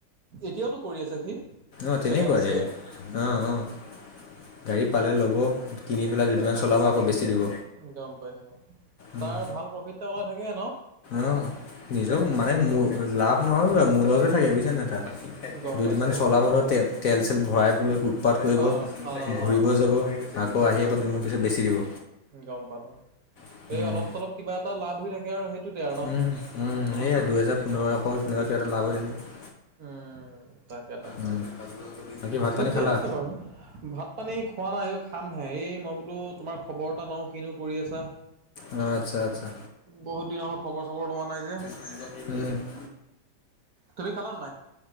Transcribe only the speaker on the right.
এতিয়াওতটো কৰি আছে সি?
ছেকেণ্ড হেণ্ড গাড়ী
গম পাইছোঁ,
পায় ভাল প্ৰফিট এটা ওলাই থাকে ন।
উম
গম
পাইছোঁ গম
পাইছোঁ
অ অ
অ অ
উম
গম পালো,
এই অলপ চলপ কিবা এটা লাভ হৈ থাকে আৰু সেইটোতে আৰু ন।
উম, তাকে- তাকে
ঠিকে
আছে বাৰু। ভাত পানী খোৱা নাই অ', খামহে, এই মই বোলো তোমাৰ খবৰ এটা লওঁ কিনো কৰি আছা।
বহুত দিন হ'ল খবৰ চবৰ লোৱা নাই যে।
তুমি খালা নাই।